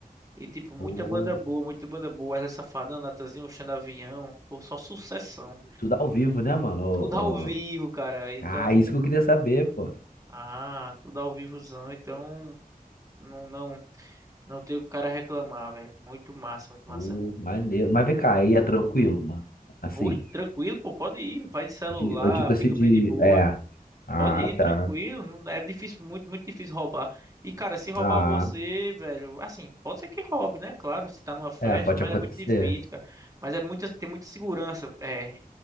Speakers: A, on the right; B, on the left.
A: E tipo, muita
B: Pô,
A: banda boa, muita banda boa. Ela Safadão, Natanzinho, Xandavião. Pô, só sucessão.
B: tudo ao vivo, né, mano? Ô,
A: Tudo ao vivo,
B: ô.
A: cara. Então,
B: Ah, isso que eu queria saber, pô.
A: ah, tudo ao vivozão. Então, não, não, não tem o cara reclamar, velho. Muito massa, muito
B: Pô,
A: massa. mesmo.
B: maneiro. Mas vem cá, aí é tranquilo, mano. Assim.
A: Rosto tranquilo, pô, pode ir. Vai de celular,
B: De, eu digo assim
A: fica
B: de.
A: bem de boa.
B: É. Ah,
A: Pode ir
B: tá.
A: tranquilo, não- é difícil, muito, muito difícil roubar. E cara, se roubar
B: Ah,
A: você, velho, assim, pode ser que roube, né? Claro, você tá numa festa,
B: é, pode
A: mas
B: acontecer.
A: é muito difícil, cara. Mas é muita, tem muita segurança. É,